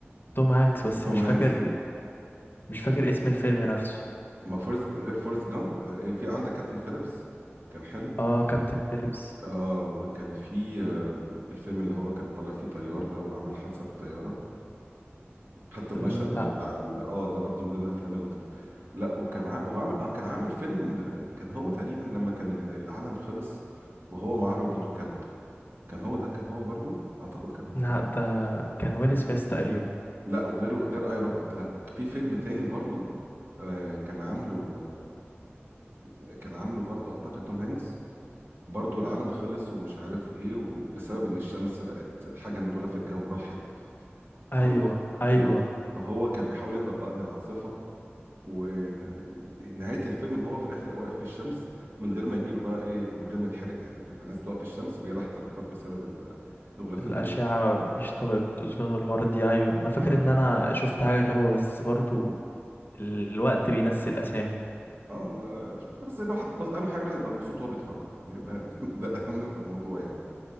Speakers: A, on the left (about 50°); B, on the right (about 55°).
A: توم هانكس بس
B: توم
A: مش
B: هانكس
A: فاكر مش فاكر اسم الفيلم نفسه
B: ما فورست غير فورست جامب آه، في عندك كابتن فيليبس كان حلو
A: اه كابتن فيليبس
B: اه وكان في آه، الفيلم اللي هو كان طالع فيه طيار ده وعمل حادثه بالطياره حتى المشهد
A: لا
B: بتاع ال... اه ده برضو من ضمن الافلام اللطيفه لا وكان ع... وعامل اه كان عامل فيلم آه، كان هو تقريبا لما كان ال- العالم خلص وهو معاه روبوت وكلب كان هو ده كان هو برضو اعتقد كان هو
A: لا ده كان ويل سميث تقريبا
B: لا وغيره غير اي روبوت لا في فيلم تاني برضو آه كان عامله آه كان عامله برضو اعتقد توم هانكس برضو العالم خلص ومش عارف ايه وبسبب ان الشمس بقت حاجه من غلاف الجو راحت برضو
A: ايوه ايوه
B: ال... فهو كان بيحاول يهرب بقى من عاصفه ونهايه الفيلم ان هو في الاخر واقف في الشمس من غير ما يجيله بقى ايه من غير ما يتحرق يعني كان الناس بتقف في الشمس بيلا احتراقات بسبب ال- الغلاف
A: الأشعة
B: الجوي ده بقى.
A: مفيش طبقة أوزون والحوارات دي أيوة أنا فاكر
B: اه
A: إن أنا شفت حاجة شبه بس برضو الوقت بينسي الأسامي
B: اه ما مش مشكلة، بس الواحد بس اهم حاجه الواحد يبقى مبسوط وهو بيتفرج يعني ده <laughs> ده الاهم في الموضوع يعني